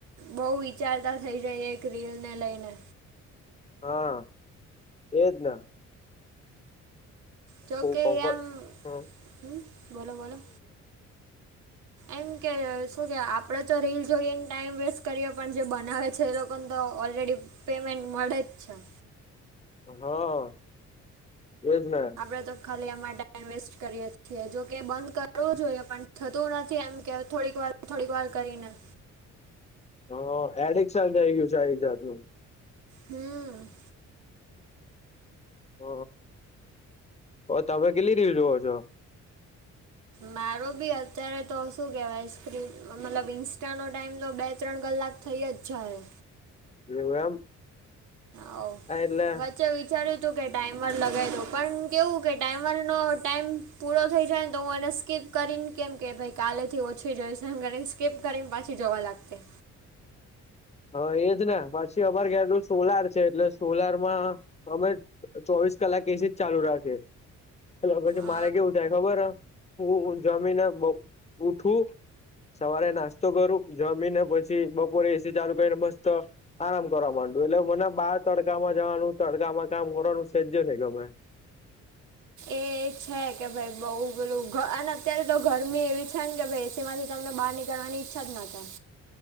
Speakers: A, on the right; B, on the left.
A: બહુ વિચારતા થઇ જાઇએ, એક રીલ ને લઈને.
B: હા, એજ ના.
A: જોકે
B: કમ્ફર્ટ
A: એમ,
B: હમ
A: હ, બોલો, બોલો. એમ કે, શું કેવાય આપણે તો રીલ જોઈએન ટાઈમ વેસ્ટ કરીએ, પણ જે બનાવે છે એ લોકોને તો ઓલરેડી પેમેન્ટ મળે જ છે
B: હા, એજ ને!
A: આપણે તો ખાલી એમાં ટાઈમ વેસ્ટ કરીએ છીએ, જોકે બંધ કરવું જોઈએ, પણ થતું નથી એમ કે થોડીક વાર થોડીક વાર કરીને.
B: હ એડિક્શન થઇ ગયું છે આ એક જાત નું.
A: હું.
B: હ, હ, તમે કેટલી રીલ જુવો છો?
A: મારો બી અત્યારે તો શું કેહેવાય, સ્ક્રીન મતલબ ઈઇન્સ્ટાનો ટાઈમ તો બે ત્રણ કલાક થઈ અજ જાય.
B: થ્યુ એમ?
A: હો
B: હા એટલે
A: વચે વિચાર્યું. તુ કે ટાઈમર લગાવી દઉં પણ કેવું કે ટાઈમરનો ટાઈમ પૂરો થઈ જાય ને તો હું અનેને સ્કીપ કરીને કેમ કે ભાઈ કાલેથી ઓછી જોઈશ એમ કરીને સ્કીપ કરીને પાછી જોવા લાગતી.
B: હા એજને પછી અમારે ઘેરનો સોલાર છે એટલે સોલાર માં અમે. ચોવીસ કલાક એસી જ ચાલુ રાખે એટલુ પછી
A: અ,
B: મારે કેવું થાય ખબર હ. હું જમીને બ ઉઠું. સવારે નાસ્તો કરું જમીને પછી બપોરે એસી ચાલુ કરીને મસ્ત આરામ કરવા માંડું એટલે મને બાર તડકામાં જવાનું તડકામાં કામ કરવાનું સેજે ન‌ઇ ગમે.
A: એ છે કે ભાઈ બઉ પેલું અને અત્યારે તો ગરમી એવી છે ને કે ભાઈ. તેમાંથી તમને બહાર નીકળવાની ઈચ્છા જ ના થાય.